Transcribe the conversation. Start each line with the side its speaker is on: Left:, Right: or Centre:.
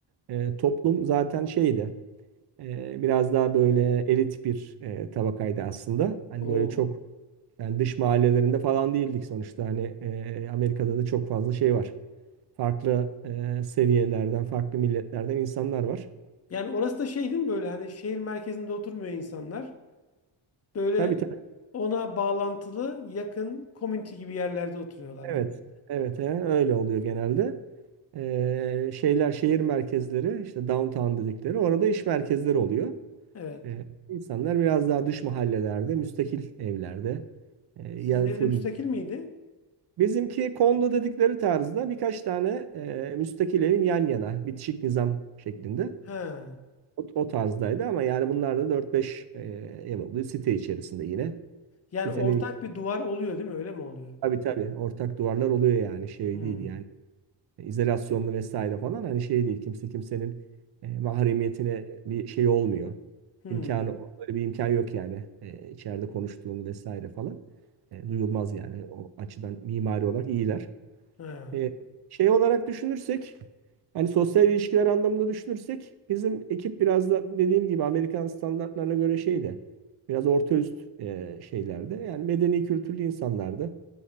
Right: e, toplum zaten şeydi. E, biraz daha böyle elit bir e, tabakaydı aslında. Hani
Left: Oo.
Right: böyle çok Yani dış mahallelerinde falan değildik sonuçta. Hani e, Amerika'da da çok fazla şey var. Farklı e, seviyelerden, farklı milletlerden insanlar var.
Left: Yani orası da şey değil mi böyle hani şehir merkezinde oturmuyor insanlar. Böyle
Right: Tabii tabii
Left: ona bağlantılı yakın community gibi yerlerde oturuyorlar
Right: evet.
Left: genelde.
Right: Evet he, öyle oluyor genelde. E, şeyler şehir merkezleri işte downtown dedikleri orada iş merkezleri oluyor.
Left: Evet.
Right: E, insanlar biraz daha dış mahallelerde, müstakil evlerde e,
Left: Sizin
Right: ya
Left: evde
Right: full
Left: müstakil miydi?
Right: Bizimki kondo dedikleri tarzda birkaç tane e, müstakil evin yan yana bitişik nizam şeklinde.
Left: He.
Right: O, o tarzdaydı ama yani bunlar da dört beş e, ev oluyor site içerisinde yine.
Left: Yani
Right: Sitenin
Left: ortak bir duvar oluyor değil mi? Öyle mi oluyor?
Right: tabii tabii ortak duvarlar oluyor yani şey
Left: Hmm.
Right: değil yani izolasyonlu vesaire falan hani şey değil kimse kimsenin e, mahremiyetine bir şey olmuyor.
Left: Hmm.
Right: İmkanı öyle bir imkan yok yani e, içeride konuştuğunu vesaire falan E, duyulmaz yani o açıdan mimari olarak iyiler.
Left: He.
Right: E, şey olarak düşünürsek hani sosyal ilişkiler anlamında düşünürsek bizim ekip biraz da dediğim gibi Amerikan standartlarına göre şeydi. Biraz orta üst e, şeylerde. Yani medeni kültürlü insanlardı.